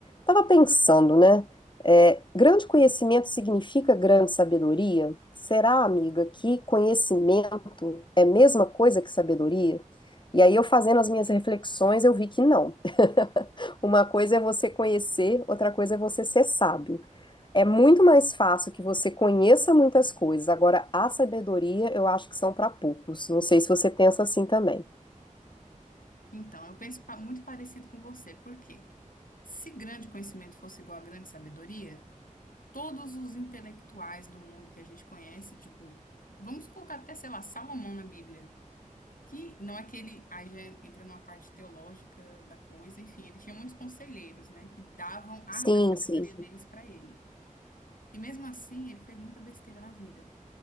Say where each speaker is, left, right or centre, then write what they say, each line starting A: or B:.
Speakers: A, on the left; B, on the left.
A: Tava pensando, né? é, grande conhecimento significa grande sabedoria? Será, amiga, que conhecimento é a mesma coisa que sabedoria? E aí, eu fazendo as minhas reflexões, eu vi que não. <laughs> Uma coisa é você conhecer, outra coisa é você ser sábio. É muito mais fácil que você conheça muitas coisas. Agora, a sabedoria eu acho que são para poucos. Não sei se você pensa assim também.
B: Então, eu penso pa- muito parecido com você, por quê? Se grande conhecimento fosse igual a grande sabedoria, todos os intelectuais do mundo que a gente conhece, tipo, vamos colocar até, sei lá, Salomão na Bíblia, que não é aquele, aí já entra numa parte teológica da coisa, enfim, ele tinha muitos conselheiros, né, que davam a
A: Sim,
B: da sabedoria
A: sim.
B: deles pra ele. E mesmo assim, ele fez muita besteira na vida.